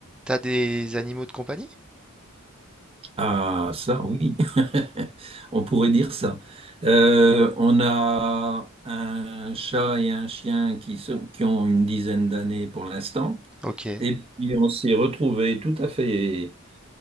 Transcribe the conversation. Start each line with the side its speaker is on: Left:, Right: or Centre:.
Centre: T'as des animaux de compagnie?
Right: Ah, ça, oui, <laughs> on pourrait dire ça. Euh, on a un chat et un chien qui, se- qui ont une dizaine d'années pour l'instant,
Centre: Ok,
Right: et puis on s'est retrouvés tout à fait